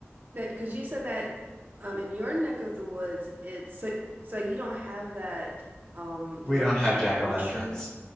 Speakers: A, on the right; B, on the left.
A: that because you said that. Um, in your neck of the woods, it's so so you don't have that um
B: We
A: look
B: don't have
A: like
B: jack-o'-lanterns.
A: mushroom.